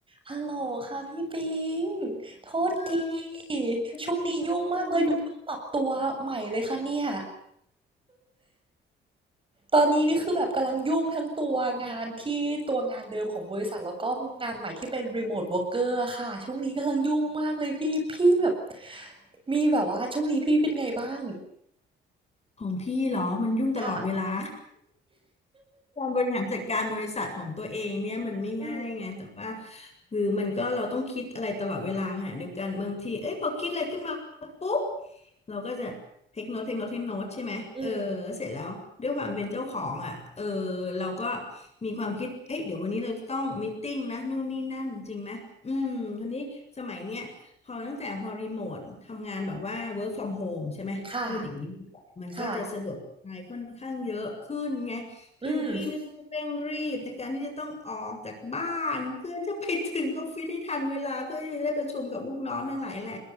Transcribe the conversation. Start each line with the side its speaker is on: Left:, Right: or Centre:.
Right: ฮัลโหลค่ะพี่ปิง โทษที
Left: แป๊บหนึ่งแป๊บหนึ่ง
Right: ช่วงนี้ยุ่งมากเลยหนูเพิ่งปรับตัวใหม่เลยค่ะเนี่ยตอนนี้นี่คือแบบกำลังยุ่งทั้งตัวงานที่ตัวงานเดิมของบริษัทแล้วก็งานใหม่ที่เป็นรีโมทว o ร์กเกอร์ค่ะ ช่วงนี้กำลังยุ่งมากเลยพี่พี่แบบมีแบบว่าช่วงนี้พี่เป็นไงบ้าง
Left: ของพี่เหรอมันยุ่งตลอดเวลา
Right: ค่ะ
Left: การบริหารจัดการบริษัทของตัวเองเนี่ยมันไม่ง่ายไงแต่ว่า
Right: อืม
Left: คือมันก็เราต้องคิดอะไรตลอดเวลาขณะเดียวกันบางทีเอ้ยพอคิดอะไรขึ้นมาปุ๊บเราก็จะเทคโนตเทคโนตเทคโนตใช่ไหมเออเสร็จแล้วด้วยความเป็นเจ้าของอ่ะเออ
Right: อืม
Left: เราก็มีความคิดเอ้ยเดี๋ยววันนี้เราจะต้องมีตติ้งนะนู่นนี่นั่นจริงไหมอืมทีนี้สมัยเนี้ยพอตั้งแต่พอรีโมททำงานแบบว่า work from home ใช่ไหมพูดอย่างนี้ดีกว่ามันก็จะสะดวกสบายค่อนข้างเยอะขึ้นไง
Right: ค่ะ ค่ะ
Left: คือพี่ไม่ต้องเร่งรีบในการที่จะต้องออกจากบ้านเพื่อจะไปถึงออฟฟิศให้ทันเวลาเพื่อที่จะได้ประชุมกับลูกน้องทั้งหลายแหล่
Right: อืม